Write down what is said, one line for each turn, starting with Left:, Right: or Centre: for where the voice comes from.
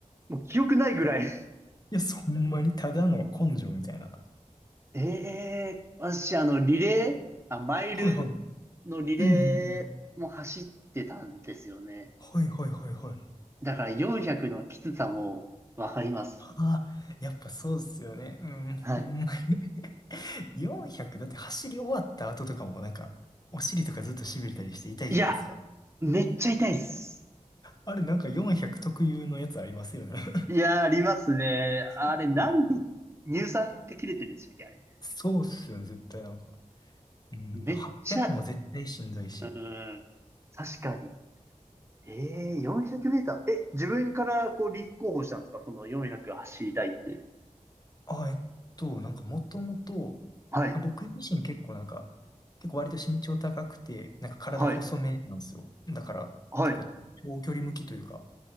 Right: もう記憶ないぐらい
Left: がいや、そんまにただの根性みたいな。
Right: <laughs> ええ私あの、リレー、あ、マイル
Left: はいはい。うん
Right: のリレーも走ってたんですよね。
Left: うんうん。はいはいはいはい。
Right: だから400のきつさもわかります。
Left: ああ、やっぱそうっすよね。うん。
Right: はい。
Left: ほんまに。<laughs> 400だって走り終わった後とかもなんか、お尻とかずっと痺れたりして痛いじゃないですか。
Right: いや、めっちゃ痛いっす。
Left: あれなんか400特有のやつありますよね。<laughs>
Right: いや、ありますね。あれ、
Left: そう
Right: なん、乳酸が切れてるんでしたっけ、あれ。
Left: そうっすよね、絶対なんか。うん。
Right: めっちゃ、
Left: 800も絶対しんどいし。
Right: うん、確かに。ええ400メーター。え、自分からこう立候補したんですかその400走りたいって。
Left: あ、えっと、なんかもともと、
Right: はい、
Left: まあ僕自身結構なんか、結構割と身長高くて、なんか体細めなんですよ。
Right: はい、
Left: だから結構長距離向きというか、
Right: はい。